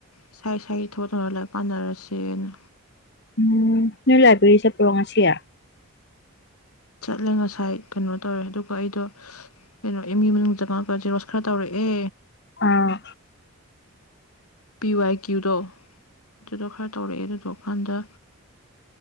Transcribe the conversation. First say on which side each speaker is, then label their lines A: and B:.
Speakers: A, on the left; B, on the left.
A: ꯏꯁꯥ ꯏꯁꯥꯒꯤ ꯊꯣꯡꯉ ꯂꯥꯏꯔꯤꯛ ꯄꯥꯅꯔꯁꯦꯅ
B: ꯎꯨꯝ ꯅꯪ ꯂꯥꯏꯕ꯭ꯔꯦꯔꯤ ꯆꯠꯄꯔꯣꯉꯁꯤꯌꯥ
A: ꯆꯠꯂꯦ ꯉꯁꯥꯏ ꯀꯩꯅꯣ ꯇꯧꯔꯦ ꯑꯗꯨꯒ ꯑꯩꯗꯣ ꯀꯩꯅꯣ ꯑꯦꯝꯒꯤ ꯃꯅꯨꯡꯗ ꯆꯪꯉꯛꯑꯒ ꯖꯦꯔꯣꯁ ꯈꯔ ꯇꯧꯔꯛꯑꯦ
B: ꯑꯥ
A: ꯄꯤ ꯋꯥꯏ ꯀꯌꯨꯗꯣ ꯑꯗꯨꯗꯣ ꯈꯔ ꯇꯧꯔꯛꯑꯦ ꯑꯗꯨꯗꯣꯛꯑꯀꯥꯟꯗ